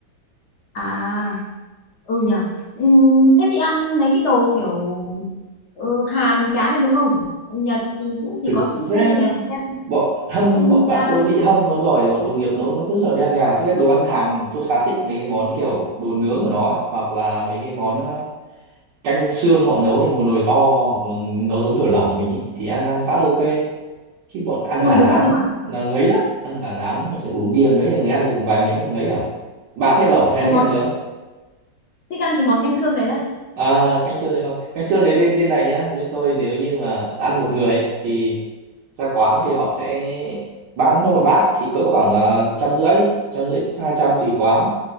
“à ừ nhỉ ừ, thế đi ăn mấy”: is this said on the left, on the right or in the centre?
Left